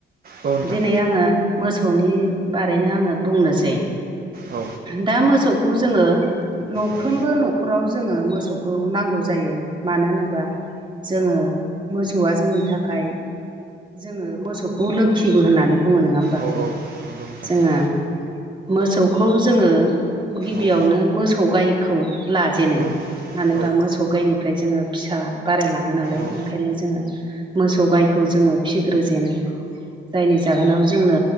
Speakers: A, on the right (about 45°); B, on the right (about 25°).
A: औ नोंथां
B: दिनै आङो मोसौनि बारैनो आङो बुंनोसै।
A: औ
B: दा मोसौखौ जोङो। न'फ्रोमबो
A: औ
B: न'खराव जोङो मोसौखौ नांगौ जायो। मानो होनोबा जोङो मोसौआ जोंनि थाखाय। जोङो मोसौखौ लो खिबो होननानै बुङो नङा होमबा।
A: औ औ नंगौ नोंथां
B: जोङो मोसौखौ जोङो गिबियावनो
A: औ
B: मोसौ गायखौ लाजेनो।
A: औ
B: मानो
A: औ
B: होनबा मोसौ गायनिफ्राय जोङो फिसा बारायलाङो नालाय।
A: उम
B: ओंखायनो जोङो मोसौ गायखौ जोङो फिग्रो जेनो। जायनि जाहोनाव जोंनो